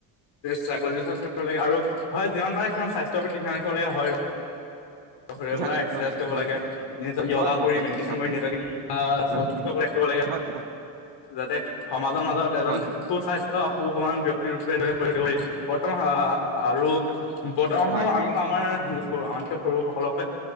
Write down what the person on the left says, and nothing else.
চাইকলজিষ্টৰ ওচৰে আৰু হয় যিমান পাৰে সিমান স্বা -স্ত্য প্ৰতি ধ্যান ৰাখিবলগীয়া হয় আৰু ৰেগুলাৰ
এক্সাৰচাইজ কৰিব
লাগে নিজক য়োগা
কৰি
মেডিটেশ্যন
কৰি নিজকে আ'
সুস্থ
কৰি ৰাখিব লাগে।
যাতে সমাজৰ মাজত এজন
সুস্বাস্থ্য সু-সমান ব্যক্তিৰ ৰূপ কৰি পৰিচয় দিব পাৰি। বৰ্তমান আ' আৰু বৰ্তমান
সময় আমিও আমাৰ সৰু, আনকে সৰু সকলকে